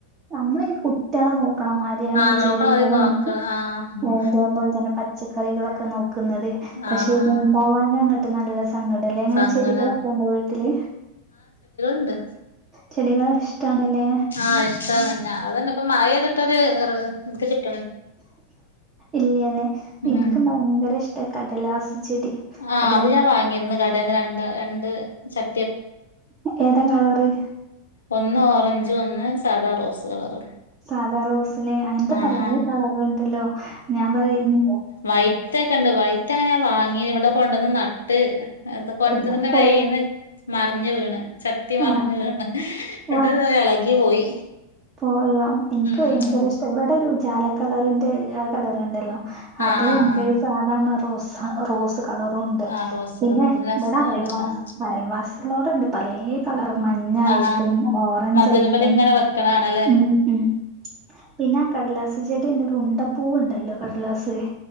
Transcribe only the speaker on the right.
നമ്മള് ഈ കുട്ടിയാളെ നോ ക്കണമാരിയാണ്
ഈ ചെടികളും
അതേപോലെ തന്നെ പ ച്ചക്കറികളൊക്കെ നോക്കുന്നത് പക്ഷേ
ഇത്ണ്ടാവാ
ങ്ങോട്ട് നല്ല സങ്കടം അല്ലേ എങ്ങനെ
ചെടികളൊക്കെ ഉണ്ടോ വീട്ടില്.
ചെടികൾ ഇഷ്ടാണല്ലേ
ഇല്ലല്ലെ
എനിക്ക് ഭയങ്കര ഇഷ്ട കടലാസ്. ചെടി
അതെ
ഏതാ കളറ്?
സാധാ റോസിലെ അയിത്തെ
പല
കളറുണ്ടല്ലോ? ഞാൻ പറ ഇ
തന്നെ
കൊ
ആ
ആ
പോയോ. എനിക്ക്
ഭയങ്കര
ഇഷ്ടം ഇവിടെ ഒരു ഉജാല കളറിന്റെ ആ കളറിണ്ടല്ലോ അതുണ്ട്.
സാധാ മ്മള റോസ റോസ്. കളറുണ്ട്
പിന്നെ
ഇവിടെ അയൽവാസി
അയൽവാസി കളോടെണ്ട് പല ക ളർ മഞ്ഞായിട്ടും,
ഓറഞ്ച്,
ആായിട്ടും
ഉ ഉ പിന്നെ ആ കടലാസ് ചെടിന്നെ ഒരു ഉണ്ടപ്പൂവ ഉണ്ടല്ലോ കടലാസ്.